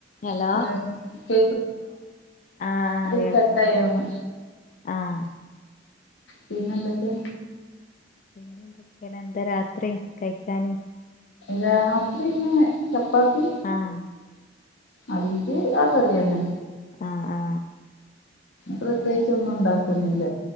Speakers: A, on the left; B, on the left.
A: Hello
B: <unintelligible>
A: ആഹ് ആഹ്
B: ഒരു
A: കേൾക്കാം
B: കട്ടായി ന്ന് തോന്ന്
A: ആഹ്
B: പിന്നെന്തൊക്കെ
A: പിന്നെ എന്തൊക്കെയാണ് എന്താ രാത്രി കഴിക്കാന്
B: രാത്രി ന്നെ ചപ്പാത്തി
A: ആഹ്
B: അയിക്ക് ആ കറിയന്നെ
A: ആ ആ
B: പ്രത്യേകിച്ച് ഒന്നും ഉണ്ടാക്കുന്നില്ല